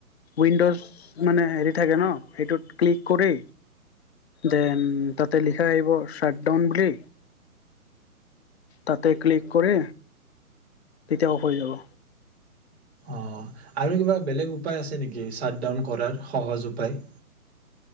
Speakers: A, on the left; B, on the right.
A: উইণ্ডজ মানে হেৰি থাকে ন, সেইটোত ক্লিক কৰি দেন তাতে লিখা আহিব শ্বাটডাউন বুলি তাতে ক্লিক কৰি তেতিয়া অফ হৈ যাব।
B: অঁ, আৰু কিবা বেলেগ উপায় আছে নেকি, শ্বাটডাউন কৰাৰ সহজ উপায়?